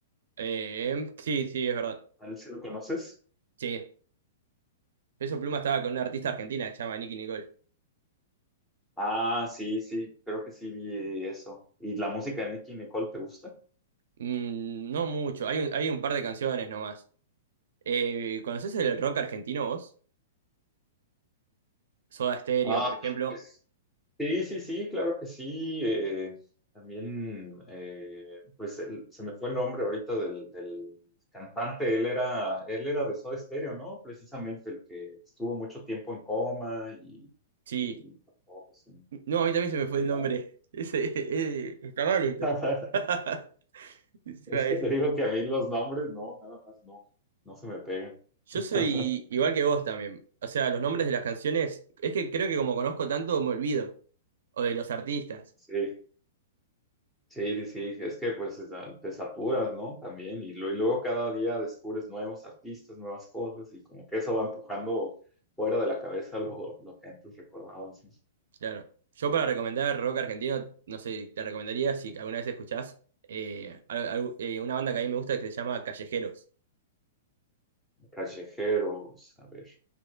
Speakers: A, on the right (about 75°); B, in the centre.
A: Eh, sí, sí, es verdad.
B: A ver si lo conoces.
A: Sí. Peso Pluma estaba con una artista argentina que se llama Nicki Nicole.
B: Ah, sí, sí, creo que sí vi eso. ¿Y la música de Nicki Nicole te gusta?
A: Mm, no mucho, hay un, hay un par de canciones nomás. Eh, ¿conocés el rock argentino vos? Soda Stereo,
B: Ah,
A: por ejemplo.
B: pues, Sí, sí, sí, claro que sí. eh, también, eh, pues el- se me fue el nombre ahorita del, del cantante. Él era, él era de Soda Stereo, ¿no? Precisamente el que estuvo mucho tiempo en coma y,
A: Sí.
B: y oh, pues,
A: No, a mí también se
B: ¿cómo
A: me fue
B: se llamaba?
A: el nombre. <laughs> Ese, eh, está mal esto.
B: <laughs>
A: <laughs> Se
B: Es
A: me va a decir.
B: que te digo que a mí los nombres, no, nada más no, no se me pegan.
A: Yo
B: <laughs>
A: soy igual que vos también. O sea, los nombres de las canciones, es que creo que como conozco tanto, me olvido. O de los artistas.
B: Sí. Sí, sí, sí, es que pues es- te saturas, ¿no? También, y, lo- y luego cada día descubres nuevos artistas, nuevas cosas, y como que eso va empujando fuera de la cabeza lo, lo que antes recordabas. ¿no?
A: Claro. Yo para recomendar rock argentino, no sé, te recomendaría si alguna vez escuchás eh, al- al- eh, una banda que a mí me gusta que se llama Callejeros.
B: Callejeros, a ver.